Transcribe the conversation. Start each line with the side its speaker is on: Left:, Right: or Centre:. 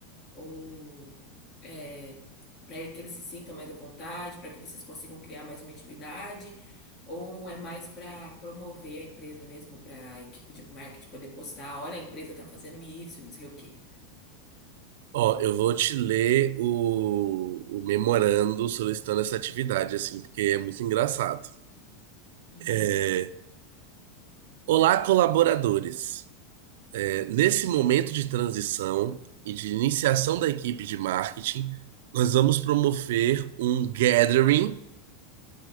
Left: ou é, para que eles se sintam mais à vontade, para que vocês consigam criar mais uma intimidade, ou é mais para promover a empresa mesmo, para a equipe de marketing poder postar, olha, a empresa tá fazendo isso, e não sei o quê.
Right: Ó, eu vou te ler o, o memorando solicitando essa atividade, assim, porque é muito engraçado.
Left: Uhum.
Right: É, Olá, colaboradores. Nesse momento de transição e de iniciação da equipe de marketing, nós vamos promover um gathering